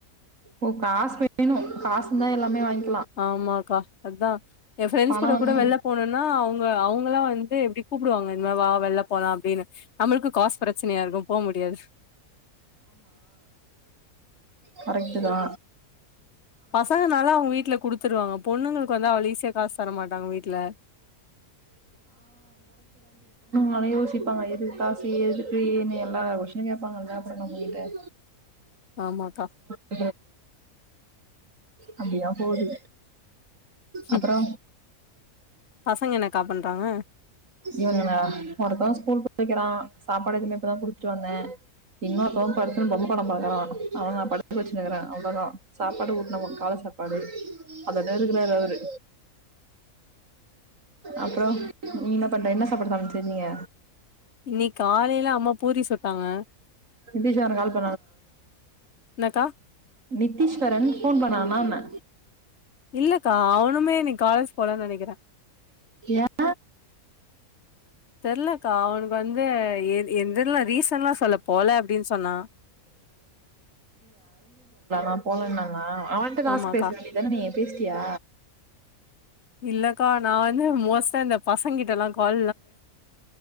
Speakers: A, on the right; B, on the left.
A: ஓ காஸ் வேணு காஸ் இருந்தா எல்லாமே வாங்
B: ஆமாக்கா அத்தா ஏ ஃப்ரெண்ட்ஸ்
A: பணோ
B: கூட
A: வந்து
B: கூட வெள்ள போனும்னா அவுங்க அவுங்கல்லா வந்து எப்பிடி கூப்புடுவாங்க இந்த மா வா வெள்ள போலா அப்பிடின்னு நம்மளுக்கு காசு பிரச்சனையா இருக்கு போ முடியாது
A: வரக் இதா
B: பசங்கனாலா அவுங்க வீட்ல குடுத்துருவாங்க பொண்ணுங்களுக்கு வந்து அவள ஈசியா காசு தர மாட்டாங்க வீட்ல
A: ஆனா யோசிப்பாங்க எதுக்கு காசு எதுக்கு ஏனு எல்லா கொஸ்ன் கேட்பாங்க <unintelligible> உட்ட
B: ஆமாக்கா
A: <unintelligible> அப்பிடியா ஹோடி அப்புறோ
B: ம். பசங்க என்னக்கா பண்றாங்க
A: இவுங்க ஒருத்த ஸ்கூல் போய்க்கிறா சாப்பாடு எதுமே இப்பதா குடுத்துட்டு வந்தே இன்னு ஒருத்தவ படுத்துன்னு பொம்ம படோ பாக்குறா அவன வச்சினுக்குறே அவ்ளோதா சாப்பாடு ஊட்டனவ கால சாப்பாடு அத நெருகுலரு அவுரு அப்புறோ நீ இன்னா பண்ற இன்னா சாப்பாடு சாப்பாட செஞ்சிங்க
B: இன்னிக் காலையில அம்மா பூரி சுட்டாங்க
A: நிதிஷ்வரன் கால்
B: என்னக்கா
A: நித்தீஸ்வரன் ஃபோன் பண்ணான்னே
B: இல்லக்கா அவனுமே இன்னைக் காலேஜ் போலன்னு நெனைக்கிற
A: ஏன்
B: தெர்லக்கா அவனுக்கு வந்து எ எந்தெல்லா ரீசன்ல்லா சொல்ல போல அப்பிடின் சொன்னா
A: ஆ போலன்னாங்க அவன்ட கால்ஸ
B: ஆமாக்கா
A: பேச வேண்டிதான நீ பேசிடியா
B: இல்லக்கா நா வந்து மோஸ்ட்டா இந்த பசங்கிட்டல்லா கால்